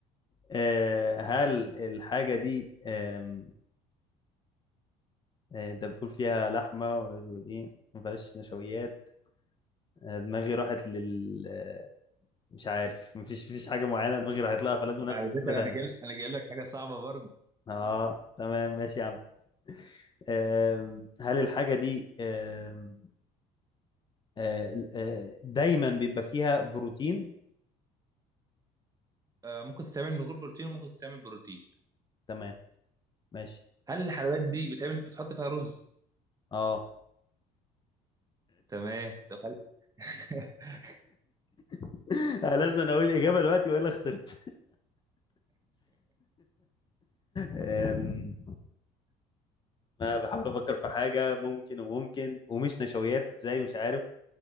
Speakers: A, on the left; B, on the right.
A: آه، هل الحاجة دي آم، آه، انت بتقول فيها لحمة ومش بتقول ايه ما فيهاش نشويات آه، دماغي راحت لل آه، مش عارف مفيش مفيش حاجة معينة دماغي راحت لها فلازم أسأل
B: على فكره
A: أسئلة تانية
B: انا جايب انا جايب لك حاجه صعبه برضه
A: اه تمام ماشي يا عم آم، هل الحاجة دي آم، آه، آه، دايما بيبقى فيها بروتين
B: آه، ممكن تتعمل من غير بروتين وممكن تتعمل بروتين
A: تمام ماشي
B: هل الحلويات دي بتعمل بتحط فيها رز
A: اه
B: تمام طب هل- <laughs>
A: <laughs> لازم اقول الاجابه دلوقتي والا خسرت أم، ما بحاول افكر في حاجه ممكن وممكن ومش نشويات ازاي مش عارف